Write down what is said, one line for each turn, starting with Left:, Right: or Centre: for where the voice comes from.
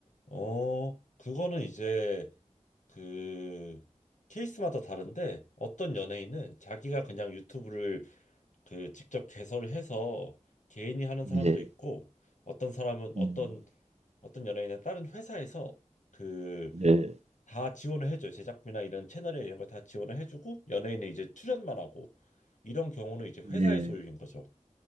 Left: 어, 그거는 이제 그 케이스마다 다른데 어떤 연예인은 자기가 그냥 유튜브를 그 직접 개설을 해서 개인이 하는 사람도
Right: 네.
Left: 있고 어떤 사람은 어떤
Right: 음,
Left: 어떤 연예인은 다른 회사에서 그
Right: 네.
Left: 다 지원을 해줘요. 제작비나 이런 채널에 이런 거 다 지원을 해주고 연예인은 이제 출연만 하고 이런 경우는 이제 회사의
Right: 네.
Left: 소유인 거죠.